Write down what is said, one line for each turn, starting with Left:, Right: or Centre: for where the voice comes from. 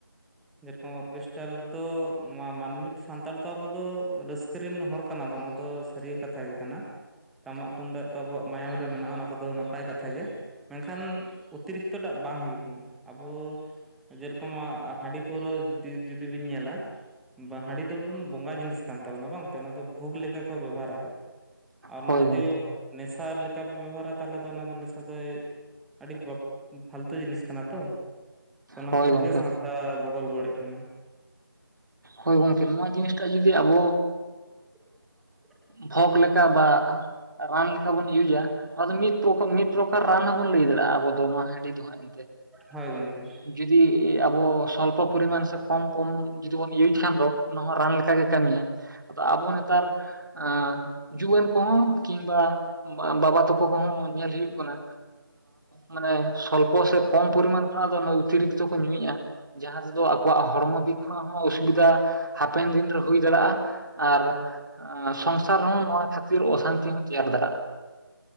Centre: ᱡᱮᱨᱚᱠᱚᱢ ᱚᱨᱠᱮᱥᱴᱟᱨ ᱨᱮᱫᱚ ᱱᱚᱣᱟ ᱢᱟᱹᱱᱢᱤ ᱥᱟᱱᱛᱟᱲ ᱫᱚ ᱟᱵᱚ ᱫᱚ ᱨᱟᱹᱥᱠᱟᱹ ᱨᱮᱱ ᱦᱚᱲ ᱠᱟᱱᱟᱵᱚᱱ, ᱟᱫᱚ ᱥᱟᱹᱨᱤ ᱠᱟᱛᱷᱟ ᱜᱮ ᱠᱟᱱᱟ ᱴᱟᱢᱟ ᱛᱩᱢᱫᱟᱜ ᱛᱚ ᱟᱵᱚᱣᱟᱜ ᱢᱟᱭᱟᱢ ᱨᱮ ᱢᱮᱱᱟᱜ-ᱟ ᱚᱱᱟ ᱠᱚᱫᱚ ᱱᱟᱯᱟᱭ ᱠᱟᱛᱷᱟ ᱜᱮ᱾ ᱢᱮᱱᱠᱷᱟᱱ ᱚᱛᱤᱨᱤᱠᱛᱚ ᱴᱟᱜ ᱵᱟᱝ ᱦᱩᱭᱩᱜ ᱢᱟ ᱟᱵᱚ ᱡᱮᱨᱚᱠᱚᱢ ᱡᱮ ᱨᱚᱠᱚᱢ ᱦᱟᱺᱰᱤ ᱯᱟᱹᱣᱨᱟᱹ ᱡᱩᱫᱤ ᱵᱤᱱ ᱧᱮᱞᱟ ᱵᱟ ᱦᱟᱹᱰᱤ ᱫᱚ ᱵᱚᱸᱜᱟ ᱡᱤᱱᱤᱥ ᱠᱟᱱ ᱛᱟᱵᱚᱱᱟ ᱵᱟᱝᱛᱮ ᱚᱱᱟ ᱫᱚ ᱵᱷᱳᱜᱽ ᱞᱮᱠᱟ ᱠᱚ ᱵᱮᱵᱷᱟᱨᱟ ᱟᱠᱚ, ᱟᱨ
Right: ᱦᱳᱭ
Centre: ᱚᱱᱟ ᱡᱩᱫᱤ
Right: ᱜᱚᱝᱠᱮ
Centre: ᱱᱮᱥᱟ ᱞᱮᱠᱟ ᱯᱮ ᱵᱮᱵᱚᱦᱟᱨᱟ ᱛᱟᱦᱚᱞᱮ ᱫᱚ ᱚᱱᱟ ᱫᱚ ᱱᱮᱥᱟ ᱫᱚᱭ ᱟᱹᱰᱤ ᱯᱷᱟᱞᱛᱩ ᱡᱤᱱᱤᱥ ᱠᱟᱱᱟ ᱛᱚ ᱚᱱᱟ
Right: ᱦᱳᱭ
Centre: ᱠᱷᱟᱹᱛᱤᱨ
Right: ᱜᱚᱝᱠᱮ
Centre: ᱜᱮ ᱥᱟᱶᱛᱟ
Right: ᱦᱳᱭ
Centre: ᱵᱚᱜᱚᱞ ᱵᱚᱰᱮᱜ ᱠᱟᱱᱟ᱾
Right: ᱦᱳᱭ ᱜᱚᱝᱠᱮ ᱱᱚᱣᱟ ᱡᱤᱱᱤᱥᱴᱟᱜ ᱡᱩᱫᱤ ᱟᱵᱚ
Centre: <unintelligible>
Right: ᱵᱷᱚᱜᱽ ᱞᱮᱠᱟ ᱵᱟ ᱨᱟᱱ ᱞᱮᱠᱟ ᱵᱚᱱ ᱤᱭᱩᱡᱟ ᱱᱚᱣᱟ ᱫᱚ ᱢᱤᱫ ᱯᱨᱚᱠ ᱢᱤᱫ ᱯᱨᱚᱠᱟᱨ ᱨᱟᱱ ᱦᱚᱸᱵᱚᱱ ᱞᱟᱹᱭ ᱫᱟᱲᱮᱭᱟᱜ-ᱟ ᱟᱵᱚ ᱫᱚ ᱱᱚᱣᱟ ᱦᱟᱹᱰᱤ ᱫᱚ ᱦᱟᱸᱜ ᱮᱱᱛᱮ᱾
Centre: ᱦᱳᱭ ᱜᱚᱝᱠᱮ᱾
Right: ᱡᱩᱫᱤ ᱟᱵᱚ ᱥᱚᱞᱯᱚ ᱯᱚᱨᱤᱢᱟᱱ ᱥᱮ ᱠᱚᱢ ᱠᱚᱢ ᱡᱩᱫᱤ ᱵᱚᱱ ᱤᱭᱩᱡ ᱠᱷᱟᱱ ᱫᱚ ᱚᱱᱟ ᱨᱟᱱ ᱞᱮᱠᱟᱜᱮ ᱠᱟᱹᱢᱤᱭᱟ, ᱟᱫᱚ ᱟᱵᱚ ᱱᱮᱛᱟᱨ ᱮᱸ ᱡᱩᱣᱟᱹᱱ ᱠᱚᱦᱚᱸ ᱠᱤᱢᱵᱟ ᱵᱟᱵᱟ ᱛᱟᱠᱚ ᱠᱚᱦᱚᱸ ᱧᱮᱞ ᱦᱩᱭᱩᱜ ᱠᱟᱱᱟ ᱢᱟᱱᱮ ᱥᱚᱞᱯᱚ ᱥᱮ ᱠᱚᱢ ᱯᱚᱨᱤᱢᱟᱱ ᱠᱷᱚᱱᱟᱜ ᱫᱚ ᱚᱛᱤᱨᱤᱠᱛᱚ ᱠᱚ ᱧᱩᱭᱮᱫ-ᱟ᱾ ᱡᱟᱦᱟᱸ ᱛᱮᱫᱚ ᱟᱠᱚᱣᱟᱜ ᱦᱚᱲᱢᱚ ᱫᱤᱠ ᱠᱷᱚᱱᱟᱜ ᱦᱚᱸ ᱚᱥᱩᱵᱤᱫᱷᱟ ᱦᱟᱯᱮᱱ ᱫᱤᱱᱨᱮ ᱦᱩᱭ ᱫᱟᱲᱮᱭᱟᱜ-ᱟ, ᱟᱨ ᱟᱨ ᱥᱚᱝᱥᱟᱨ ᱨᱮᱦᱚᱸ ᱱᱚᱣᱟ ᱠᱷᱟᱹᱛᱤᱨ ᱚᱥᱟᱱᱛᱤ ᱦᱚᱸ ᱛᱮᱭᱟᱨ ᱫᱟᱲᱮᱭᱟᱜ-ᱟ᱾